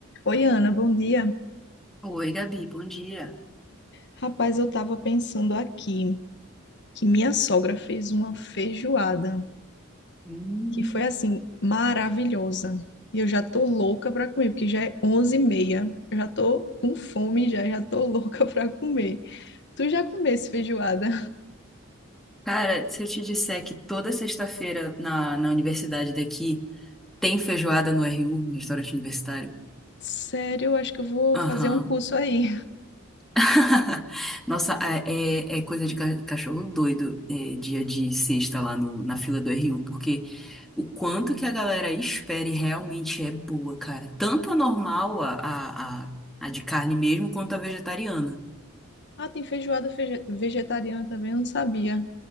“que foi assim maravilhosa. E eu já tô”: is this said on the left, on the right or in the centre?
Left